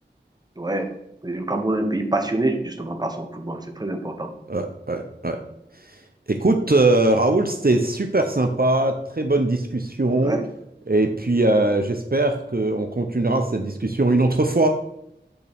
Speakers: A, on the right; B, on the right.
A: Ouais. Et Le Cameroun est un pays passionné, justement, par son football. C'est très important.
B: Ouais, ouais, ouais. Écoute, euh, Raoul, c'était super sympa, très bonne discussion.
A: Ouais.
B: Et puis, euh, j'espère qu'on continuera cette discussion une autre fois.